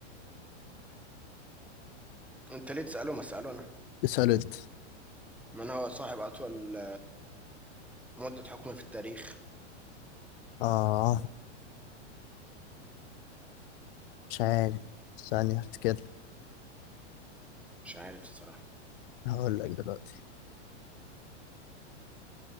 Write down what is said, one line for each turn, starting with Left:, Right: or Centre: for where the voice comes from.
Centre: انت ليه تسأله ما اسأله انا
Left: اسأله انت
Centre: من هو صاحب اطول مدة حكم في التاريخ
Left: اه مش عارف ثانية هفتكر
Centre: مش عارف الصراحة
Left: هقول لك دلوقتي